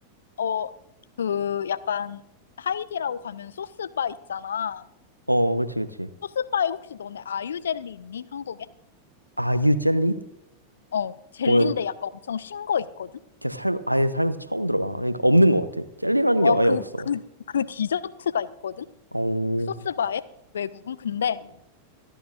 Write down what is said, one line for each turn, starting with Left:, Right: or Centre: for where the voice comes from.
Left: 어, 그 약간 하이디라고 가면 소스바 있잖아.
Right: 어. 어, 그치, 그치.
Left: 소스바에 혹시 너네 아유젤리 있니? 한국에?
Right: 아유 젤리?
Left: 어, 젤리인데
Right: 어, 이렇게
Left: 약간 엄청 신 거 있거든?
Right: 살, 아예 살면서 처음 들어봐. 그러니까 없는 것 같아. 젤리라는
Left: 와,
Right: 게 아예
Left: 그,
Right: 없어.
Left: 그, 그 디저트가 있거든?
Right: 오.
Left: 소스바에? 외국은? 근데,